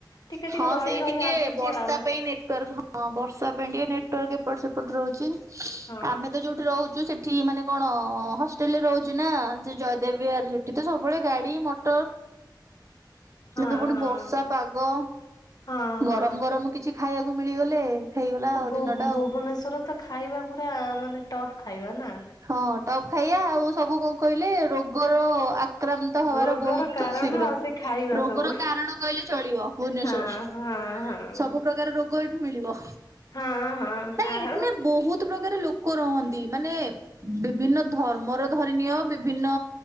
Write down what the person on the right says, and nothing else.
ହଁ
ସେଇ
ଟିକେ
ବର୍ଷା
ପାଇଁ ନେଟାର୍କ ହଁ ବର୍ଷା ପାଇଁ ଟିକେ ନେଟୱାର୍କ ଏପଟ ସେପଟ ରହୁଛି,
ଆମେ ତ ଯୋଉଠି ରହୁଛୁ ସେ ଠି ମାନେ କଣ ହଷ୍ଟେଲରେ ରହୁଛି ନା, ସେ ଜୟଦେବ ବିହାର, ସେଠି ତ ସବୁବେଳେ ଗାଡି, ମଟ
ଏବେ ପୁଣି
ବର୍ଷା ପାଗ।
ଗରମ
ଗରମ କିଛି ଖାଇବାକୁ ମିଳିଗଲେ ହେଇଗଲା ଆଉ
ଦିନଟା
ଆଉ।
ହଁ ଟପ୍ ଖାଇବା ଆଉ ସବୁ କଣ କହିଲେ ରୋଗର ଆକ୍ରାନ୍ତ ହବାର
ବହୁତ
ଶୀଘ୍ର
ରୋଗର
କାରଣ କହିଲେ ଚଳିବ। ଭୁବନେଶ୍ଵର
ସବୁ ପ୍ରକାର ରୋଗ ଏଇଠୁ ମିଳିବ,
ନାଇଁ
ଏଠୁନା ବହୁତ ପ୍ରକାର ଲୋକ ରହନ୍ତି ମାନେ ବିଭିନ୍ନ ଧର୍ମର ଧରିନୀୟ ବିଭିନ୍ନ